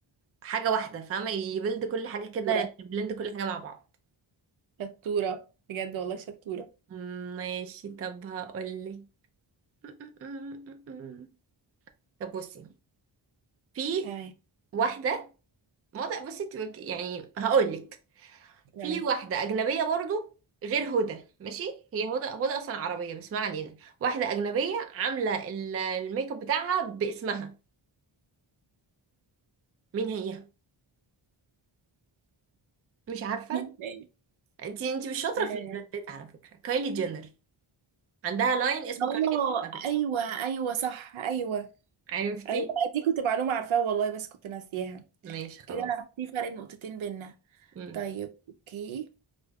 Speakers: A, on the right; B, on the right.
A: حاجه واحده فاهمه يبلد كل حاجه كده
B: شطورة
A: يبلند كل حاجه مع بعض
B: شطورة بجد والله شطورة
A: مم، ماشي طب هقولك <laughs> طب بصي في
B: تمام
A: واحده موضوع بصي تبقى- يعني هقولك
B: تمام
A: في واحدة أجنبية برضو غير هدى ماشي هي هدى هدى أصلا عربية بس ما علينا واحدة أجنبية عاملة ال- الميك اب بتاعها باسمها مين هي؟ مش عارفة
B: مين تاني
A: انتي انتي مش شاطرة
B: آه،
A: في البراندات على فكرة كايلي جينر عندها لاين اسمه
B: اه
A: كايلي كوزماتكس
B: ايوه ايوه صح ايوه
A: عرفتي؟
B: ايوه دي كنت معلومة عارفاها والله بس كنت ناسياها
A: ماشي خلاص
B: كده في فرق نقطتين بينا
A: مم.
B: طيب اوكي